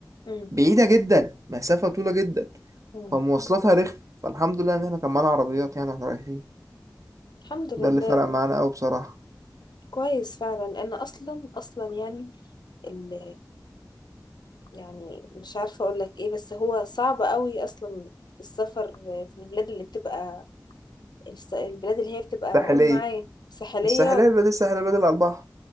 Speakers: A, on the left; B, on the right.
A: أمم،
B: بعيدة جدا مسافة طويلة جدا
A: أمم.
B: فمواصلاتها رخمة فالحمد لله إن إحنا كان معانا عربيات يعني وإحنا رايحين
A: الحمد لله
B: ده اللي فرق معانا أوي بصراحة
A: كويس فعلا لأن أصلا أصلا يعني ال يعني مش عارفة أقول لك إيه بس هو صعب قوي أصلا السفر في البلاد اللي بتبقى الس- البلاد اللي هي بتبقى
B: الساحلية
A: قول معايا ساحلية
B: الساحلية البلد الساحلية البلد على البحر